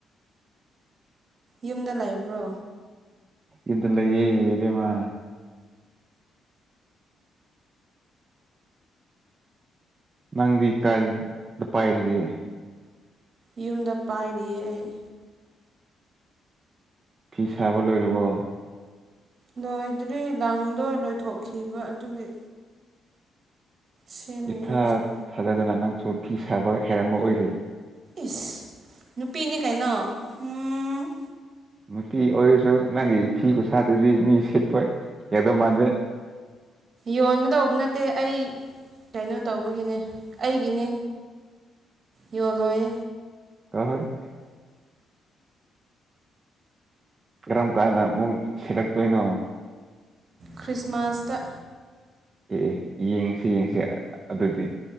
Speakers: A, on the right; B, on the right.
A: ꯌꯨꯝꯗ ꯂꯩꯥꯛꯕ꯭ꯔꯣ
B: ꯏꯗꯨ ꯂꯩꯌꯦꯕꯦꯝꯃ ꯅꯪꯗꯤ ꯀꯥꯏꯗ ꯄꯥꯏꯔꯤꯒꯦ
A: ꯌꯨꯝꯗ ꯄꯥꯏꯔꯤꯌꯦ ꯑꯩ
B: ꯐꯤ ꯆꯕ ꯂꯣꯏꯔꯔꯕ
A: ꯂꯣꯏꯗ꯭ꯔꯤ ꯂꯪꯗꯣ ꯂꯣꯏꯊꯣꯛꯈꯤꯕ ꯑꯗꯨꯒꯤ ꯁꯦꯝꯃꯤꯅꯤ
B: ꯏꯊꯥ
A: ꯍꯧꯖꯤꯛ
B: ꯊꯥꯖꯗꯅ ꯅꯪꯁꯨ ꯐꯤ ꯁꯥꯕ ꯍꯥꯏꯔꯝꯕ ꯑꯣꯏꯔꯦ
A: ꯏꯁ ꯅꯨꯄꯤꯅꯦ ꯀꯩꯅꯣ ꯎꯝ
B: ꯅꯨꯄꯤ ꯑꯣꯏꯔꯁꯨ ꯅꯪꯒꯤ ꯐꯤ ꯈꯨꯠꯁꯥꯗꯨꯗꯤ ꯃꯤ ꯁꯤꯦꯠꯄꯣꯏ ꯌꯦꯡꯗꯧ ꯃꯥꯟꯖꯩ
A: ꯌꯣꯟꯒꯗꯧꯕ ꯅꯠꯇꯦ ꯑꯩ ꯀꯩꯅꯣ ꯇꯧꯕꯒꯤꯅꯦ ꯑꯩꯒꯤꯅꯦ ꯌꯍꯂꯣꯏ
B: ꯑꯍꯣꯏ ꯀꯔꯝ ꯀꯥꯟꯗ ꯑꯃꯨꯛ ꯁꯤꯜꯂꯛꯇꯣꯏꯅꯣ
A: ꯈ꯭ꯔꯤꯁꯃꯥꯁꯇ
B: ꯑꯦ ꯌꯦꯡꯁꯤ ꯌꯦꯡꯁꯤ ꯑꯗꯨꯗꯤ